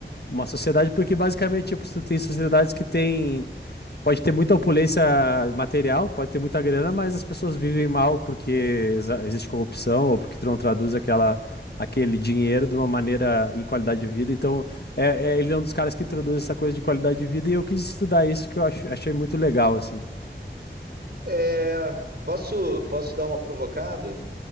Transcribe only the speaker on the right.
É, posso, posso dar uma provocada?